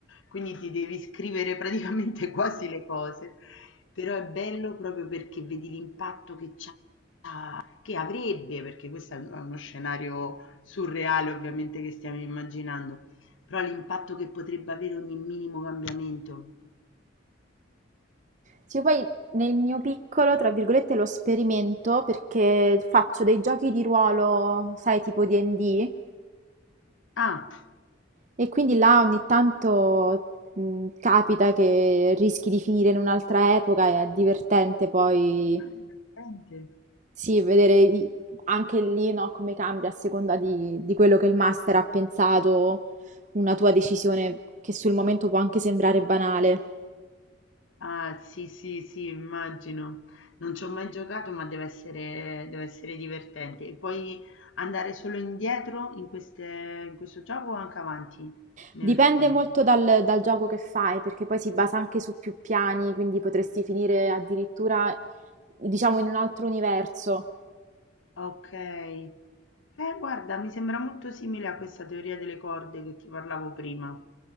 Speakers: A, on the left; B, on the right.
A: quindi ti devi scrivere praticamente <laughs> quasi le cose. Però è bello proprio perché vedi l'impatto che c'ha, che avrebbe, perché questo è uno scenario surreale ovviamente che stiamo immaginando, però l'impatto che potrebbe avere ogni minimo cambiamento.
B: Sì, poi nel mio piccolo, tra virgolette, lo sperimento perché faccio dei giochi di ruolo, sai, tipo D&D.
A: Ah, ah,
B: E quindi là ogni tanto mh, capita che rischi di finire in un'altra epoca e è divertente poi
A: è divertente.
B: sì, vedere i- anche lì no, come cambia a seconda di, di quello che il master ha pensato, una tua decisione che sul momento può anche sembrare banale.
A: Ah, sì, sì, sì, immagino. Non ci ho mai giocato, ma deve essere, deve essere divertente. E puoi andare solo indietro in queste, in questo gioco o anche avanti nel
B: Dipende
A: tempo?
B: molto dal, dal gioco che fai, perché poi si basa anche su più piani, quindi potresti finire addirittura, diciamo, in un altro universo.
A: Ok. Eh, guarda, mi sembra molto simile a questa teoria delle corde che ti parlavo prima.